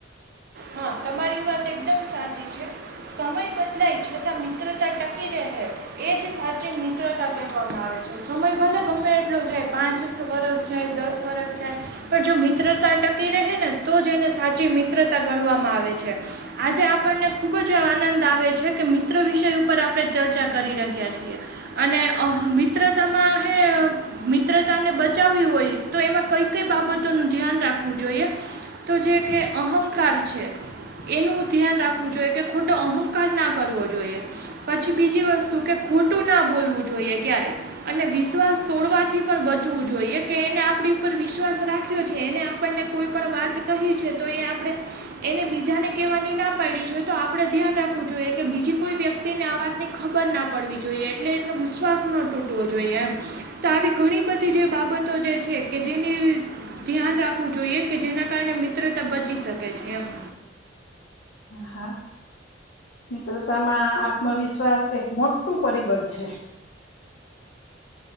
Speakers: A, on the right; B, on the left.
A: હા તમારી વાત એકદમ સાચી છે. સમય બદલાય છતાં મિત્રતા ટકી રહે એ જ સાચી મિત્રતા કહેવામાં આવે છે. સમય ભલે ગમે એટલો જાય પાંચ વરસ જાય, દસ વરસ જાય પણ જો મિત્રતા ટકી રહે ને તો જ એને સાચી મિત્રતા ગણવામાં આવે છે. આજે આપણને ખૂબ જ આનંદ આવે છે કે મિત્ર વિષય ઉપર આપણે ચર્ચા કરી રહ્યા છીએ અને અ મિત્રતામાં હ મિત્રતાને બચાવવી હોય તો એમાં કઈ કઈ બાબતોનું ધ્યાન રાખવું જોઈએ તો જે કે અહંકાર છે એનું ધ્યાન રાખવું જોઈએ કે ખોટો અહંકાર ના કરવો જોઈએ. પછી બીજી વસ્તુ કે ખોટું ના બોલવું જોઈએ ક્યારે અને વિશ્વાસ તોડવાથી પણ બચવું જોઈએ કે એને આપણી ઉપર વિશ્વાસ રાખ્યો છે એને આપણને કોઈ પણ વાત કહી છે તો એ આપણે એને બીજાને કહેવાની ના પાડી છે તો આપણે ધ્યાન રાખવું જોઈએ કે બીજી કોઈ વ્યક્તિને આ વાતની ખબર ના પડવી જોઈએ એટલે એનો વિશ્વાસ ન તૂટવો જોઈએ એમ. તો આવી ઘણી બધી જે બાબતો જે છે કે જેની ધ્યાન રાખવું જોઈએ કે જેના કારણે મિત્રતા બચી શકે છે એમ.
B: હા મિત્રતામાં આત્મવિશ્વાસ એક મોટું પરિબળ છે.